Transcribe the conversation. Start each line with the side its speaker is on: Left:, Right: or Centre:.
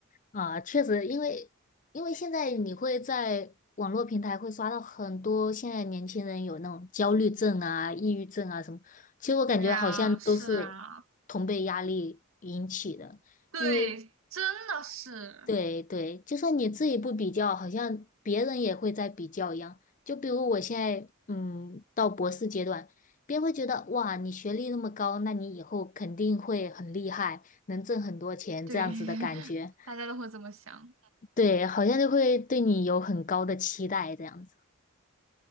Left: 啊，确实，因为因为现在你会在网络平台会刷到很多现在年轻人有那种焦虑症啊、抑郁症啊什么，其实我感觉好像都是
Right: 对呀，是啊。
Left: 同辈压力引起的，
Right: 对，
Left: 因为
Right: 真的是，
Left: 对对，就算你自己不比较，好像别人也会在比较一样。就比如我现在嗯到博士阶段，别人会觉得哇，你学历那么高，那你以后肯定会很厉害，能挣很多钱这样子的感觉。
Right: 对，<laughs> 大家都会这么想。
Left: 对，好像就会对你有很高的期待这样子。